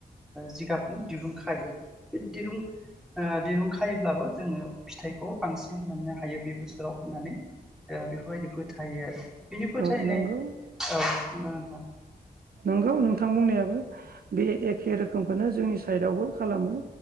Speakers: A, in the centre; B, on the right.
A: जिगाबनि दिरुं खायो बे दिरुं दिरुं खायोब्लाबो जोङो फिथाइखौ बांसिन मोननो हायो बे बोसोराव होननानै बेफोरबायदि फोथायो आरो बिनि फोथायनाय
B: औ नंगौ
A: औ <unintelligible>
B: नंगौ नोंथां बुंनायाबो बे एखे रोखोमखौनो जोंनि साइदआवबो खालामो